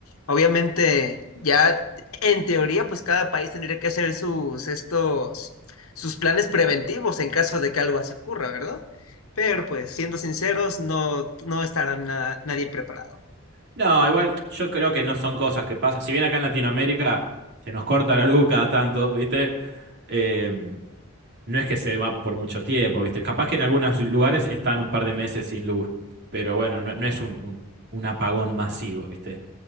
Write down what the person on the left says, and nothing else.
Obviamente, ya en teoría, pues cada país tendría que hacer sus estos sus planes preventivos en caso de que algo así ocurra, ¿verdad? Pero pues, siendo sinceros, no, no estará na- nadie preparado.